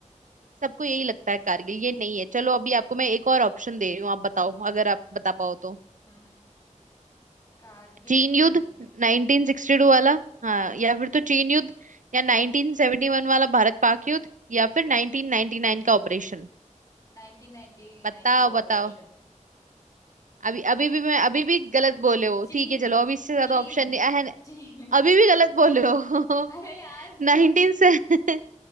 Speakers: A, on the right; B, on the left.
A: सबको यही लगता है कारगिल ये नहीं है चलो अभी आपको मैं एक और ऑप्शन दे रही हूँ आप बताओ अगर आप बता पाओ तो
B: हम्म हम्म। कारगिल
A: चीन
B: तो
A: युद्ध
B: नहीं
A: 1962 वाला हाँ
B: हाँ
A: या फिर तो चीन युद्ध या 1971 वाला भारत पाक युद्ध या फिर 1999 का ऑपरेशन
B: 1999
A: बताओ
B: का ऑपरेशन
A: बताओ अभी अभी भी मैं अभी भी गलत बोले हो
B: चीन
A: ठीक है चलो अभी इससे ज्यादा
B: चीन
A: ऑप्शन नहीं अहन
B: चीन
A: अभी भी गलत बोले
B: <laughs>
A: हो
B: अरे
A: <laughs>
B: यार पे-
A: नाइनटीन से <laughs>